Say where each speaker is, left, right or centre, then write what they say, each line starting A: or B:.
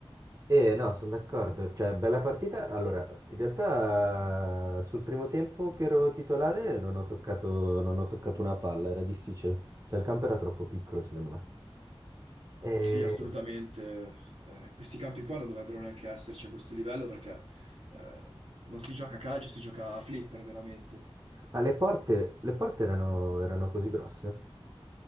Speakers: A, on the right; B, on the right.
A: Eh no, sono d'accordo, cioè bella partita. Allora, in realtà eh, sul primo tempo che ero titolare non ho toccato, non ho toccato una palla, era difficile, cioè il campo era troppo piccolo secondo me. Eh,
B: Sì, assolutamente. Eh, questi campi qua non dovrebbero neanche esserci a questo livello perché eh, non si gioca a calcio, si gioca a flipper veramente.
A: Ma le porte, le porte erano, erano così grosse?